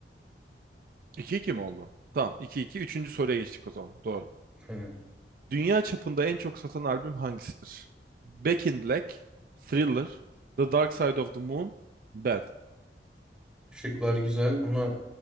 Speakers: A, on the right; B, in the centre.
A: iki iki mi oldu? Tamam iki iki Üçüncü soruya geçtik o zaman. Doğru.
B: Aynen.
A: Dünya çapında en çok satan albüm hangisidir? Back in Black, Thriller, The Dark Side of the Moon, Bad.
B: Şıklar güzel ama